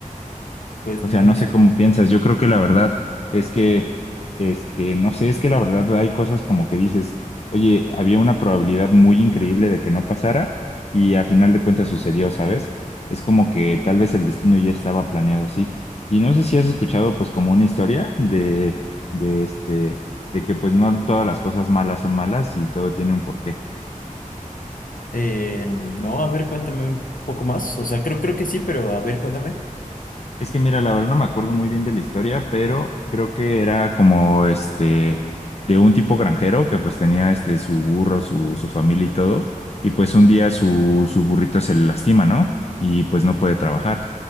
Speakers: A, on the left (about 75°); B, on the left (about 50°).
A: Pues
B: O
A: no,
B: sea, no
A: lo
B: sé
A: sé.
B: cómo piensas. Yo creo que la verdad es que, este, no sé, es que la verdad hay cosas como que dices, oye, había una probabilidad muy increíble de que no pasara y a final de cuentas sucedió, ¿sabes? Es como que tal vez el destino ya estaba planeado así. Y no sé si has escuchado pues como una historia de, de este, de que pues no todas las cosas malas son malas y todo tiene un porqué.
A: Eh, no, a ver, cuéntame un poco más. O sea, creo, creo que sí, pero a ver, cuéntame.
B: Es que mira, la verdad no me acuerdo muy bien de la historia, pero creo que era como este de un tipo granjero que pues tenía este su burro, su, su familia y todo, y pues un día su, su burrito se le lastima, ¿no? Y pues no puede trabajar.